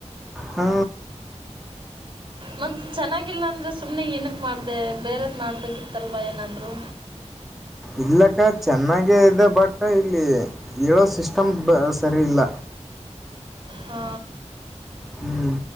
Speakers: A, in the centre; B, on the right.
A: ಹಾ
B: ಮತ್ ಚೆನ್ನಾಗಿ ಗಿಲ್ಲ ಅಂದ್ರೆ ಸುಮ್ನೆ ಏನಕ್ ಮಾಡ್ದೆ ಬೇರೆದ್ ಮಾಡ್ಬೇಕಿತ್ತಲ್ವಾ ಏನಾದ್ರು
A: ಇಲ್ಲಕ್ಕ ಚೆನ್ನಾಗೇ ಇದೆ ಬಟ್ ಇಲ್ಲಿ ಹೇಳೋ ಸಿಸ್ಟಮ್ ಬ ಸರಿ ಇಲ್ಲ
B: ಹಾ
A: ಹ್ಮ್